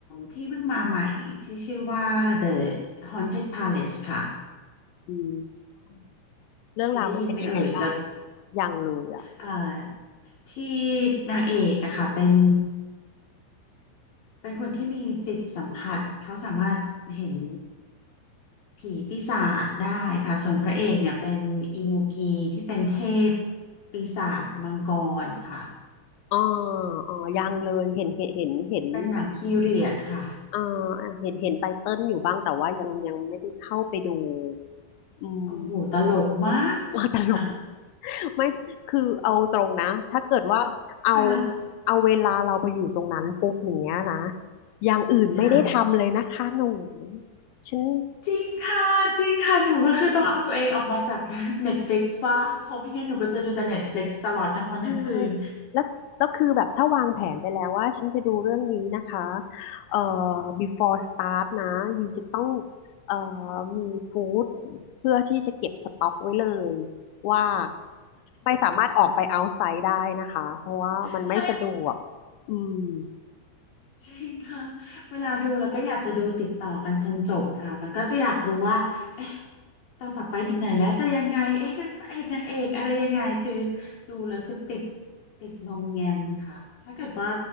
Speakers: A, on the left; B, on the left.
A: ที่เพิ่งมาใหม่ที่ชื่อว่า The Haunted Palace ค่ะ
B: อืมเรื่องราวมันเป็นยังไงบ้าง
A: เคยได้ยินไหมเอ่ยแล้ว
B: ยังเลยอ่ะ
A: อ่าที่นางเอกอะค่ะเป็น เป็นคนที่มีจิตสัมผัสเขาสามารถเห็นผีปีศาจได้ค่ะส่วนพระเอกเนี่ยเป็นอิมูกีที่เป็นเทพปีศาจมังกรค่ะ
B: อ๋ออ๋อยังเลยเห็นเห็นเห็นเห็นแบบ
A: ค่ะเป็นหนังพีเรียดค่ะ
B: อ่าอ่าเห็นเห็นไตเติ้ลอยู่บ้าง แต่ว่ายังยังไม่ได้เข้าไปดูอืม
A: โอ้โหตลกมาก
B: <laughs> ว่าตลก
A: ค่ะ
B: <laughs> ไม่คือเอาตรงนะ ถ้าเกิดว่าเอา
A: ค่ะ
B: เอาเวลาเราไปอยู่ตรงนั้นปุ๊บอย่างเนี้ยนะอย่างอื่นไม่ได้ทำเลยนะคะหนู
A: ค่ะ
B: ฉัน
A: จริงค่ะจริงค่ะหนูก็คือต้องเอาตัวเองออกมาจาก <laughs> Netflix บ้างเพราะไม่งั้นหนูก็จะดูแต่ Netflix ตลอดทั้งวันทั้งคืน
B: ใช่แล้วแล้วคือแบบถ้าวางแผนไปแล้วว่าฉันจะดูเรื่องนี้นะคะเอ่อ before start นะยูจะต้องเอ่อมีฟู้ดเพื่อที่จะเก็บสต็อกไว้เลยว่าไม่สามารถออกไป outside ได้นะคะเพราะว่ามันไม่สะดวก
A: ใช่
B: อืม
A: จริงค่ะเวลาดูแล้วก็อยากจะดูติดต่อกันจนจบค่ะมันก็จะอยากรู้ว่าเอ๊ะตอนต่อไปถึงไหนแล้วจะยังไงเอ๊ะนางเอกนางเอกอะไรยังไงคือดูแล้วคือติดติดงอมแงมค่ะถ้าเกิดว่า